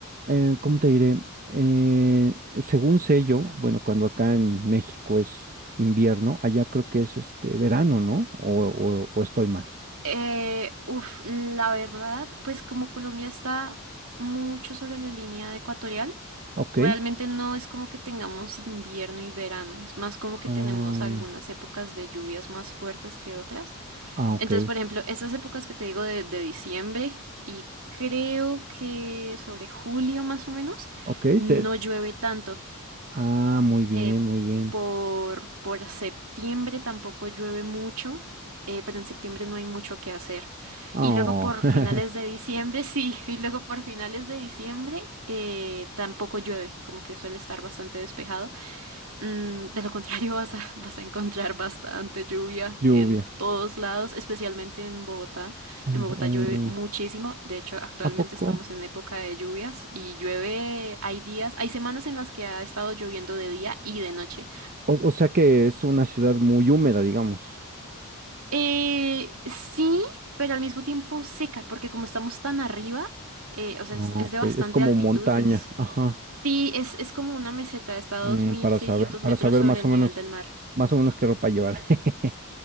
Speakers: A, on the right; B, on the right.
A: eh, ¿cómo te diré? Eh, según sé yo, bueno, cuando acá en México es invierno, allá creo que es este verano, ¿no? O, o, o estoy mal.
B: Eh, uf, la verdad, pues como Colombia está mucho sobre la línea ecuatorial,
A: Ok.
B: Realmente no es como que tengamos invierno y verano, es más como que
A: Ah,
B: tenemos algunas épocas de lluvias más fuertes que otras.
A: ah, ok.
B: Entonces, por ejemplo, estas épocas que te digo de, de diciembre y creo que sobre julio más o menos,
A: Ok.
B: no
A: se-
B: llueve tanto.
A: ah, muy bien,
B: Eh,
A: muy bien.
B: por, por septiembre tampoco llueve mucho, eh, pero en septiembre no hay mucho que hacer.
A: Oh,
B: Y luego por
A: <laughs>
B: finales de diciembre, <laughs> sí, y luego por finales de diciembre eh, tampoco llueve, como que suele estar bastante despejado. Mm, de lo contrario, <laughs> vas a, vas a encontrar bastante lluvia
A: lluvia.
B: en todos lados, especialmente en Bogotá.
A: Em,
B: En Bogotá
A: um,
B: llueve muchísimo. De hecho, actualmente
A: ¿a poco?
B: estamos en época de lluvias y llueve, hay días, hay semanas en las que ha estado lloviendo de día y de noche.
A: O, o sea que es una ciudad muy húmeda, digamos.
B: Eh, sí, pero al mismo tiempo seca, porque como estamos tan arriba, eh, o sea,
A: Ah,
B: es, es
A: ok,
B: de bastante
A: es como
B: altitud,
A: montaña,
B: es...
A: ajá.
B: Sí, es, es como una meseta, está a dos
A: Mm,
B: mil
A: para
B: seiscientos
A: saber, para
B: metros
A: saber
B: sobre
A: más
B: el
A: o menos,
B: nivel del mar.
A: más o menos qué ropa llevar. <laughs>